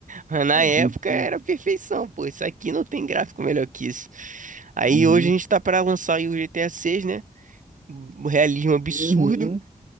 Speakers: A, on the right; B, on the right.
A: Mas Na época
B: Muito-
A: era perfeição, pô. Isso aqui não tem gráfico melhor que isso. Aí
B: Uhum.
A: hoje a gente tá pra lançar aí o GTA 6, né? O realismo absurdo.
B: Uhum.